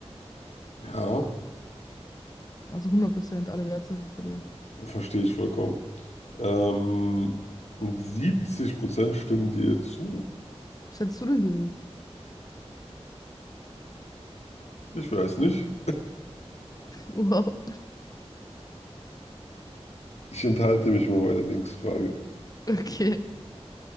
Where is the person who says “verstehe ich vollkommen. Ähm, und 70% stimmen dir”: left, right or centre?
Left